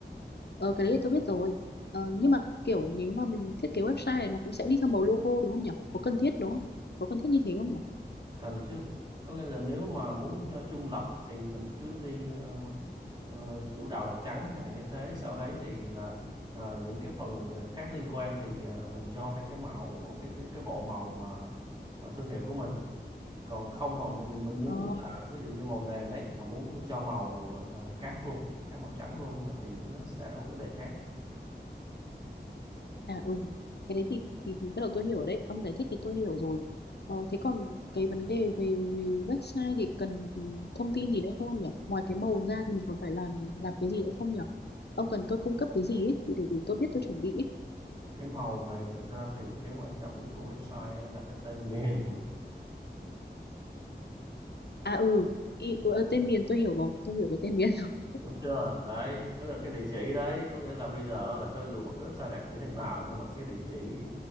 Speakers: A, on the left; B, on the right.
A: ờ cái đấy tôi biết rồi ờ, nhưng mà kiểu nếu mà mình thiết kế website này nó cũng sẽ đi theo màu logo đúng không nhỉ có cần thiết đúng không có cần thiết như thế không nhỉ
B: cần chứ có nghĩa là nếu mà muốn ờ, trung lập thì mình cứ đi ờ, mà, ờ, chủ đạo là trắng chẳng hạn như thế sau đấy thì là ờ, những cái phần ờ, khác liên quan thì ờ, mình cho theo cái màu cái cái cái bộ màu mà mà thương hiệu của mình còn không mà mình mình muốn
A: ờ
B: là ví dụ như màu nền đấy mà muốn cho màu ờ, khác luôn khác màu trắng luôn á, thì nó sẽ là một vấn đề khác
A: À ừ, cái đấy thì, thì thì bắt đầu tôi hiểu rồi đấy, ông giải thích thì tôi hiểu rồi. Ờ, thế còn cái vấn đề về, về website thì cần thông tin gì nữa không ông nhỉ? Ngoài cái màu ra thì mình còn phải làm làm cái gì nữa không nhỉ? Ông cần tôi cung cấp cái gì ấy, để, để, để tôi biết tôi chuẩn bị ấy.
B: cái màu này thực ra thì cái quan trọng nhất của website là cái tên miền
A: À ừ, ý, ừ, ờ, tên miền tôi hiểu rồi, tôi hiểu cái tên miền. <laughs>
B: <laughs> đúng chưa đấy có nghĩa là cái địa chỉ đấy có nghĩa là bây giờ là coi dù một cái website đẹp như thế nào nhưng mà cái địa chỉ